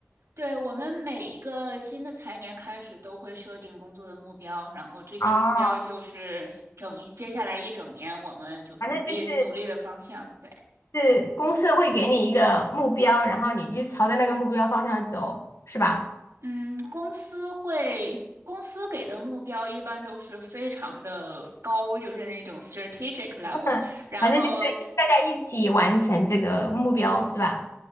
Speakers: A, on the right; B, on the left.
A: 对，我们每一个新的财年开始都会设定工作的目标，然后这些目标就是整一，
B: 哦，
A: 接下来一整年我们就是努力努力的方向。
B: 反正就是
A: 对，
B: 是公司会给你一个目标，然后你就朝着那个目标方向走，是吧？
A: 嗯，公司会，公司给的目标一般都是非常的高，就是那种 strategic level，
B: 嗯反正就是一大家一起完成这个目标，
A: 然后
B: 是吧？